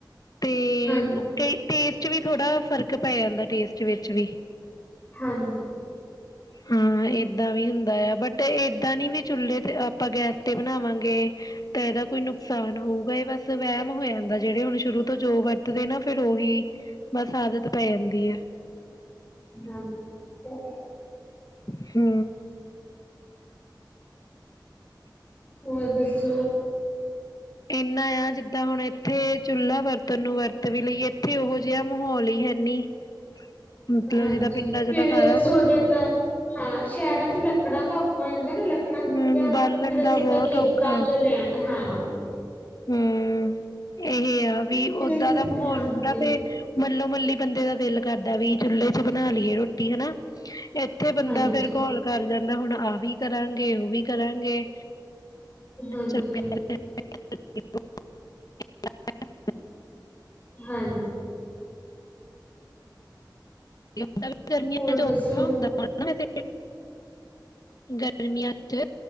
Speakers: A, on the left (about 55°); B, on the left (about 20°).
A: ਤੇ
B: ਹਾਂਜੀ,
A: ਕਈ ਟੇਸਟ ਵੀ ਥੋੜ੍ਹਾ ਪੈ ਜਾਂਦਾ ਟੇਸਟ ਵਿੱਚ ਵੀ
B: ਹਾਂਜੀ
A: ਹਾਂ ਏਦਾਂ ਵੀ ਹੁੰਦਾ ਆ ਬਟ ਏਦਾਂ ਨੀ ਵੀ ਚੁੱਲੇ ਤੇ ਆਪਾਂ ਗੈਸ ਤੇ ਬਣਾਵਾਂਗੇ ਤਾਂ ਇਹਦਾ ਕੋਈ ਨੁਕਸਾਨ ਹੋਊਗਾ ਇਹ ਬਸ ਵਹਿਮ ਹੋ ਜਾਂਦਾ ਜਿਹੜੇ ਹੁਣ ਸ਼ੁਰੂ ਤੋਂ ਜੋ ਵਰਤਦੇ ਨਾ ਫਿਰ ਉਹੀ ਬਸ ਆਦਤ ਪੈ ਜਾਂਦੀ ਆ
B: ਹਾਂਜੀ ਤੇ
A: ਹੂੰ
B: ਹੋਰ ਦੱਸੋ
A: ਇੰਨਾ ਆ ਜਿੱਦਾਂ ਹੁਣ ਇਥੇ ਚੁੱਲ੍ਹਾ ਵਰਤਣ ਨੂੰ ਵਰਤ ਵੀ ਲਈਏ ਇੱਥੇ ਉਹੋ ਜਿਹਾ ਮਾਹੌਲ ਹੀ ਹੈਨੀ ਮਤਲਬ
B: ਹਾਂਜੀ
A: ਜਿੱਦਾਂ ਪਿੰਡਾਂ
B: ਫਿਰ
A: ਚ ਤਾਂ ਸਾਰਾ ਕੁਛ
B: ਤੁਹਾਡੇ ਤਾਂ ਹਾਂ ਸ਼ਹਿਰਾਂ ਚ ਲੱਕੜਾਂ ਦਾ ਔਖਾ ਹੋ ਜਾਂਦਾ ਨਾ ਲੱ ਚੱਕਣਾ ਕਿਤੇ
A: ਹੂੰ
B: ਲਿਆਵਾਂਗੇ
A: ਬਾਲਣ
B: ਫੇਰ
A: ਦਾ
B: ਅਸੀਂ
A: ਬਹੁਤ
B: ਤਾਂ ਖੇਤਾਂ
A: ਔਖਾ
B: ਚ ਲੈਣਾ ਹਾਂ
A: ਹੂੰ ਇਹ ਆ ਵੀ
B: ਫਿਰ
A: ਓਦਾਂ
B: ਅਸੀਂ
A: ਦਾ ਮਾਹੌਲ
B: ਹਾਂਜੀ
A: ਹੁੰਦਾ ਫੇ ਮੱਲੋ-ਮੱਲੀ ਬੰਦੇ ਦਾ ਦਿਲ ਕਰਦਾ ਵੀ ਚੁੱਲ੍ਹੇ ਚ ਬਣਾ ਲਈਏ ਰੋਟੀ ਹਨਾ। ਇੱਥੇ ਬੰਦਾ
B: ਹਾਂਜੀ,
A: ਫੇਰ ਘੋਲ ਕਰ ਜਾ ਮੈਂ ਹੁਣ ਆ ਵੀ ਕਰਾਂ ਉਹ ਵੀ ਕਰਾਂਗੇ।
B: ਹਾਂਜੀ।
A: ਚਲੋ <inaudible>
B: ਹਾਂਜੀ।
A: <inaudible> ਗਰਮੀਆਂ
B: ਹੋਰ
A: ਚ ਔਖਾ
B: ਦੱਸੋ?
A: ਹੁੰਦਾ ਹਨਾ ਫਿਰ ਗਰਮੀਆਂ ਚ